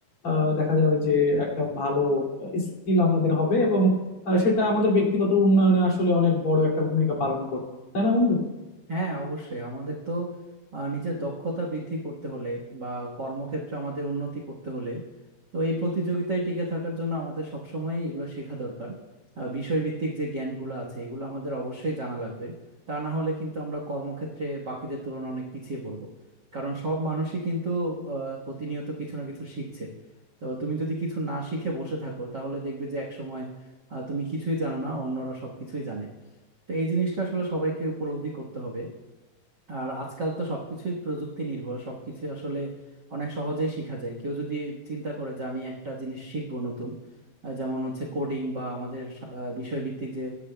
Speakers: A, on the left; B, on the right.
A: আহ, দেখা যাবে যে একটা ভালো স্কিল আমাদের হবে এবং আহ, সেটা আমাদের ব্যক্তিগত উন্নয়নে আসলে অনেক বড় একটা ভূমিকা পালন করবে তাই না বন্ধু
B: হ্যাঁ অবশ্যই আমাদের তো আহ, নিজের দক্ষতা বৃদ্ধি করতে হলে বা কর্মক্ষেত্রে আমাদের উন্নতি করতে হলে তো এই প্রতিযোগিতায় টিকে থাকার জন্য আমাদের সবসময় এগুলো শেখা দরকার আহ, বিষয়ভিত্তিক যে জ্ঞানগুলো আছে এগুলো আমাদের অবশ্যই জানা লাগবে তা না হলে কিন্তু আমরা কর্মক্ষেত্রে বাকিদের তুলনায় অনেক পিছিয়ে পড়বো কারণ সব মানুষই কিন্তু আহ, প্রতিনিয়ত কিছু না কিছু শিখছে তো তুমি যদি কিছু না শিখে বসে থাকো তাহলে দেখবে যে একসময় আহ, তুমি কিছুই জানো না অন্যরা সবকিছুই জানে তো এই জিনিসটা আসলে সবাইকে উপলব্ধি করতে হবে আর আজকাল তো সবকিছুই প্রযুক্তি নির্ভর সবকিছুই আসলে অনেক সহজেই শেখা যায় কেউ যদি চিন্তা করে যে আমি একটা জিনিস শিখবো নতুন আহ, যেমন হচ্ছে কোডিং বা আমাদের সা- আহ, বিষয়ভিত্তিক যে